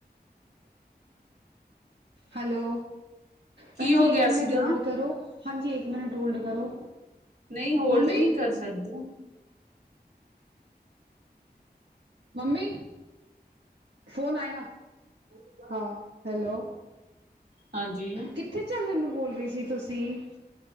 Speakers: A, on the right; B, on the right.
A: ਹੈਲੋ
B: ਕੀ
A: ਭੈਨ ਜੀ
B: ਹੋ ਗਿਆ
A: ਇੱਕ ਮਿਨਟ
B: ਸੀਗਾ
A: ਹੋਲਡ ਕਰੋ ਹਾਂਜੀ ਇੱਕ ਮਿਨਟ ਹੋਲਡ ਕਰੋ
B: ਨਹੀਂ ਹੋਲਡ
A: ਮੰਮੀ,
B: ਨਹੀਂ ਕਰ ਸਕਦੇ।
A: ਮੰਮੀ। ਫੋਨ ਆਇਆ ਹਾਂ ਹੈਲੋ।
B: ਹਾਂਜੀ
A: ਕਿੱਥੇ ਚੱਲਨ ਨੂੰ ਬੋਲ ਰਹੀ ਸੀ ਤੁਸੀਂ।